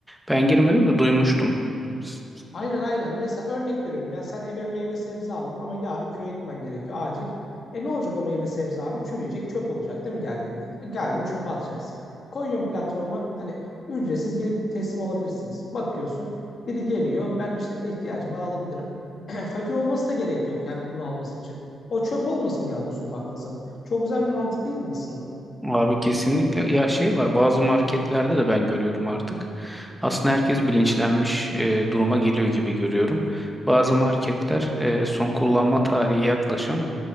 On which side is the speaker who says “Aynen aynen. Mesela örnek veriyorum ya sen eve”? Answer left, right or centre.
Left